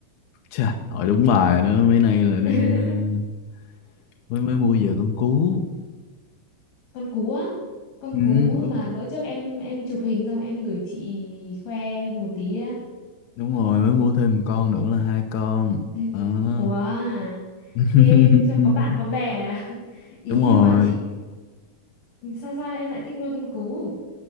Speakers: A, on the left; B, on the left.
A: chà, hỏi đúng bài rồi đó, mấy nay là đang
B: <laughs>
A: ờ, mới mới mua về con cú.
B: Con cú á. Con
A: Ừ,
B: cú
A: đúng
B: mà bữa trước em em chụp hình xong em gửi chị khoe một tí á.
A: đúng rồi, mới mua thêm một con nữa là hai con.
B: <laughs> Thế-
A: Ờ.
B: Ủa, à?
A: <laughs>
B: Ê, cho có bạn có bè à? <laughs> Ý
A: Đúng rồi,
B: nhưng mà chị sao sao em lại thích nuôi con cú